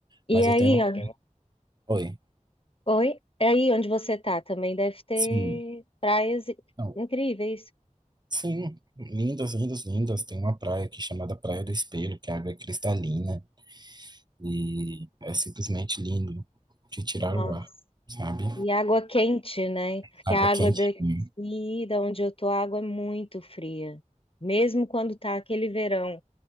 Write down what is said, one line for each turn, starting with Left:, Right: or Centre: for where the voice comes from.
Left: E
Right: Mas
Left: aí,
Right: eu tenho. von-
Left: ó, Tem
Right: Oi.
Left: oi? É aí onde você tá também deve ter
Right: Sim.
Left: praias i-
Right: Não.
Left: incríveis.
Right: Sim. Lindas, lindas, lindas. Tem uma praia aqui chamada Praia do Espelho, que a água é cristalina. E é simplesmente lindo de tirar
Left: Nossa.
Right: o ar, sabe?
Left: E água quente, né? Porque
Right: Água
Left: a
Right: quentinha.
Left: água daqui, da onde eu tô, a água é muito fria. Mesmo quando tá aquele verão,